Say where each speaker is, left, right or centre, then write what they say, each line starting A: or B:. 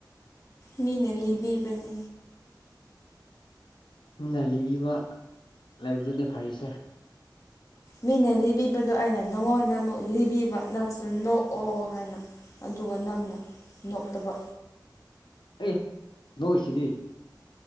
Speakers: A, on the left (about 45°); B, on the left (about 80°).
A: ꯃꯤꯅ ꯂꯤꯕꯤꯕꯅꯤ
B: ꯃꯤꯅ ꯂꯤꯕꯤꯕ ꯂꯩꯕꯗꯨꯅꯦ ꯐꯔꯤꯁꯦ
A: ꯃꯤꯅ ꯂꯤꯕꯤꯕꯗꯣ ꯑꯩꯅ ꯅꯪꯉꯣꯟꯗ ꯑꯃꯨꯛ ꯂꯤꯕꯤꯕ ꯅꯪꯁꯨ ꯅꯣꯛꯑꯣ ꯍꯥꯏꯅ ꯑꯗꯨꯒ ꯅꯪꯅ ꯅꯣꯛꯇꯕ
B: ꯑꯦ ꯅꯣꯛꯏꯁꯤꯗꯤ